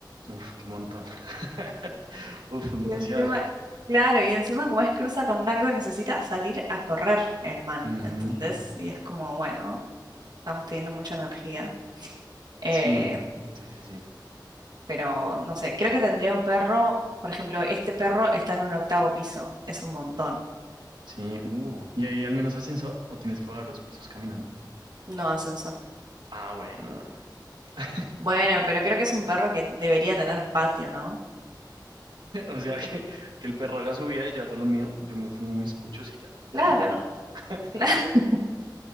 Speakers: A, on the right; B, on the right.
A: Uf, qué montón. <laughs> Uf, demasiado.
B: Y encima, claro, y encima como es cruza con algo, necesita salir a correr el man,
A: Ujú.
B: ¿entendés? Y es como, bueno, estamos teniendo mucha energía. Eh,
A: Sí, sí, sí, sí.
B: pero no sé, creo que tendría un perro, por ejemplo, este perro está en un octavo piso, es un montón,
A: Sí, uh. ¿Y ahí al menos ascensor o tienes que bajar los pisos caminando?
B: no ascensor.
A: Ah, bueno. <laughs>
B: Bueno, pero creo que es un perro que debería tener patio, ¿no?
A: O sea, que, que el perro haga su vida y yo hago lo mío. Yo me fumo mis puchos y ya,
B: Claro,
A: que no. <laughs>
B: claro. <laughs>